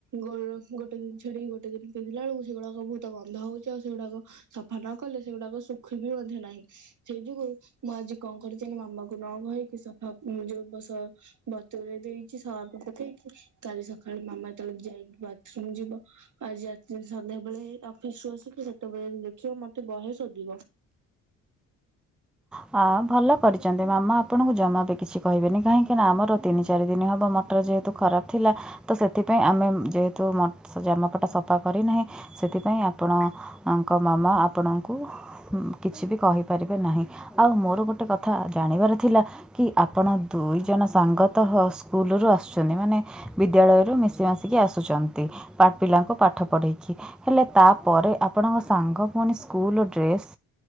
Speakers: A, on the right; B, in the centre.
A: ଗୋ ଗୋଟେ ଦିନ ଛାଡିିକି ଗୋଟେ ଦିନି ପିନ୍ଧିଲା ବେଳକୁ ସେଗୁଡାକ ବହୁତ ଗନ୍ଧ ହଉଛି ଆଉ ସେଗୁଡାକ ସଫା ନ କଲେ ସେଗୁଡାକ ସୁଖିବ ବିି ମଧ୍ୟ ନାହିଁ ସେଇ ଯୋଗୁଁ ମୁଁ ଆଜି କଣ କରିଛି ନା ମାମାକୁ ନ କହିକି ହଁ ମୁଁ ଯୋଉ ବସ ବତରରେ ଦେଇଛି ସରକୁ ପକେଇକି କାଲି ସକାଳେ ମାମା ଯେତେବେଳେ ଯାଇ ବାଥରୁମ ଯିବ ଆଜି ରାତିରେ ସନ୍ଧ୍ୟାବେଳେ ଅଫିସରୁ ଆସିକି ସେତେବେଳେ ଦେଖିବ ମତେ ସେ ବହେ ଶୋଦିବ।
B: ଆ ଭଲ କରିଛନ୍ତି ମାମା ଆପଣଙ୍କୁ ଜମା ବି କିଛି କହିବେନି କାହିଁକି ଆମର ତିନି ଚାରି ଦିନ ହେବ ମଟର ଯେହେତୁ ଖରାପ ଥିଲା ତ ସେଥିପାଇଁ ଆମେ ଯେହେତୁ ଜାମକଟା ସଫା କପା କରିନାହିଁ ସେଥିପାଇଁ ଆପଣଙ୍କ ମାମା ଆପଣଙ୍କୁ କିଛି ବି କହିପାରିବେ ନାହିଁ। ଆଉ ମୋର ଗୋଟେ କଥା ଜାଣିବାର ଥିଲା କି ଆପଣ ଦୁଇ ଜଣ ସାଙ୍ଗତ ସ୍କୁଲରୁୁ ଆସୁଛନ୍ତି ମାନେ ବିଦ୍ୟାଳୟରୁ ମିଶି ମାସିକି ଆସୁଛନ୍ତି ପାଠ ପିଲାଙ୍କୁ ପାଠ ପଢ଼ାଇକି ହେଲେ ତାପରେ ଆପଣଙ୍କ ସାଙ୍ଗ ପୁଣି ସ୍କୁଲ୍ ଡ୍ରେସ୍